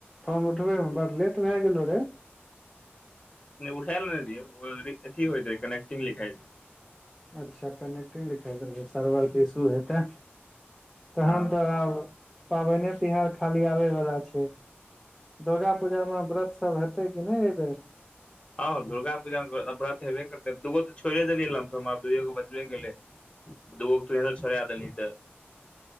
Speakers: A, in the centre; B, on the left.
A: Phone उठबै मे बड़ लेट भए गेलो रे
B: नहि उठाय लेल रियो न अथी होइत रहै कनेक्टिंग लिखा
A: अच्छा कनेक्टिंग लिखाई रहै सर्वरके इशू हेतै तखन
B: हँ
A: त आब पाबनिए तिहार खाली आबैवला छै दुर्गा पूजा मे व्रत सभ हेतै कि नहि एहि बेेर
B: हँ दुर्गा पूजा व्रत हबे करतै दूगो तऽ छोड़े देलियै लमसम आब दुगो बचबे गेलै दू गो पियनो छोरा देंहि तऽ